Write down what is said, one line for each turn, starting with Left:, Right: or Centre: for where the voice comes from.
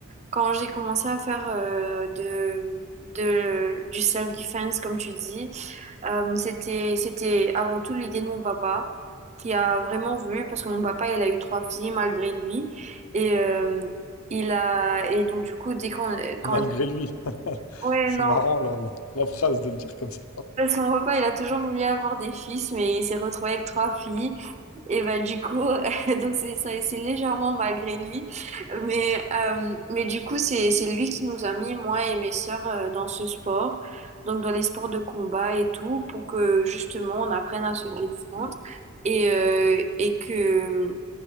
Right: quand j'ai commencé à faire euh, de, de, du self-defense, comme tu dis, euh, c'était, c'était avant tout l'idée de mon papa, qui a vraiment voulu, parce que mon papa, il a eu trois filles malgré lui. Et, euh, il a, et donc, du coup, dès qu'on... Quand,
Left: malgré lui, <laughs>
Right: ouais,
Left: c'est
Right: non,
Left: marrant la, la, la phrase de le dire comme ça.
Right: Parce que mon papa, il a toujours voulu avoir des fils, mais il s'est retrouvé avec trois filles. Et bah du coup, <laughs> donc c'est ça- c'est légèrement malgré lui. Mais, euh, mais du coup, c'est c'est lui qui nous a mis, moi et mes sœurs, euh, dans ce sport. Donc dans les sports de combat et tout, pour que justement on apprenne à se défendre et, euh, et que